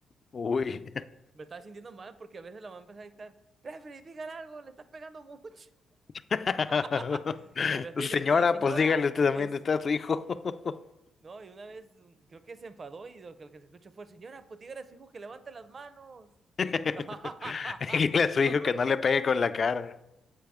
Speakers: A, on the left; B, on the right.
A: Uy.
B: Me estaba sintiendo mal porque a veces la mamá empezaba a gritar, referee, digan algo, le estás pegando mucho.
A: <laughs>
B: <laughs> Y el referee le
A: Señora,
B: gritaba, señora,
A: pues dígale usted también,
B: es...
A: está su hijo.
B: No, y una vez mm, creo que se enfadó y lo que, lo que se escuchó fue, señora, pues dígale a su hijo que levante las manos.
A: <laughs>
B: <laughs>
A: Dígale a su
B: Yo
A: hijo
B: me
A: que no le pegue con la cara.